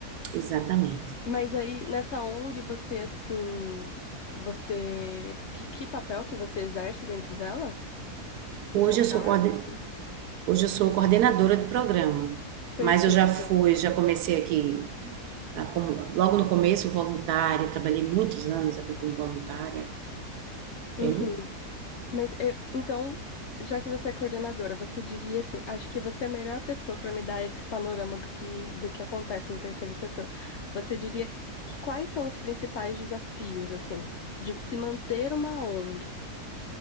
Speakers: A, on the right (about 80°); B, on the left (about 65°).
A: exatamente.
B: Mas aí, nessa ONG, você, assim, você... Que, que papel que você exerce dentro dela?
A: Hoje
B: O seu cargo,
A: eu sou, coorden-
B: assim?
A: hoje eu sou coordenadora de programa,
B: Perfeito.
A: mas eu já fui, já comecei aqui, ah, como, logo no começo, voluntária, trabalhei muitos anos aqui como voluntária, entende?
B: Uhum. Mas eu- então, já que você é coordenadora, você diria assim, acho que você é a melhor pessoa para me dar esse panorama do que, do que acontece no terceiro setor. Você diria que quais são os principais desafios, assim, de se manter uma ONG?